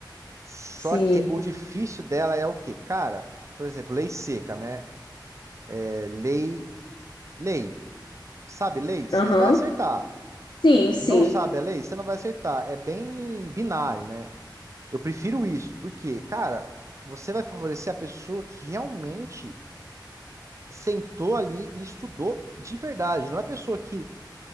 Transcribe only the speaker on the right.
só
que o difícil dela é o quê? Cara, por exemplo, lei seca, né? É, lei. Lei. Sabe lei? Você
vai acertar.
Não sabe a lei? Você não vai acertar. É bem binário, né? Eu prefiro isso, porque, cara, você vai favorecer a pessoa que realmente sentou ali e estudou de verdade. Não é pessoa que,